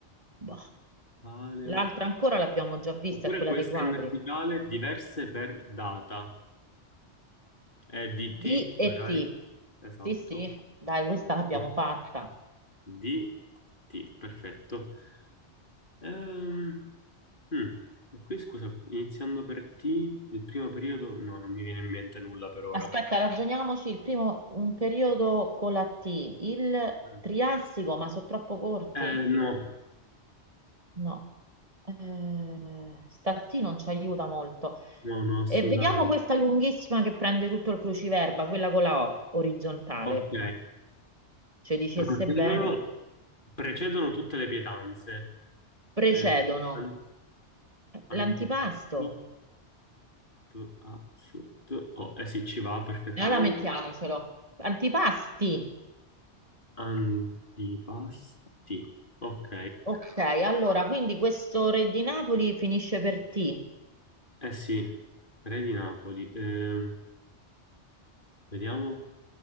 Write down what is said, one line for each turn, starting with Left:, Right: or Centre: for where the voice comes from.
Right: Boh.
Left: Paleo...
Right: L'altra ancora l'abbiamo già vista,
Left: Oppure
Right: è quella
Left: questa
Right: dei quadri.
Left: in verticale, diverse per data. Eh, DT,
Right: D e
Left: magari.
Right: T.
Left: Esatto.
Right: Sì, sì, dai, questa l'abbiamo
Left: O-
Right: fatta.
Left: DT, perfetto. Ehm, Mm. E qui scusa, iniziando per T, il primo periodo, no, non mi viene in mente nulla per ora.
Right: Aspetta, ragioniamoci. Il primo, un periodo con la T. Il
Left: Mm.
Right: Triassico, ma sono troppo corti.
Left: Eh, no,
Right: No. Eh, sta T non ci aiuta molto.
Left: no, no, assolutamente.
Right: E vediamo questa lunghissima che prende tutto il cruciverba, quella con la O, orizzontale.
Left: Ok,
Right: ci dicesse
Left: precedono,
Right: bene,
Left: precedono tutte le pietanze.
Right: precedono
Left: Eh, an- antipasto,
Right: l'antipasto.
Left: P, A, S, T, O. Eh sì, ci va perfettamente.
Right: Allora mettiamocelo. Antipasti.
Left: Antipasti, ok.
Right: Ok, allora, quindi questo re di Napoli finisce per T.
Left: Eh sì, Re di Napoli. Ehm, vediamo.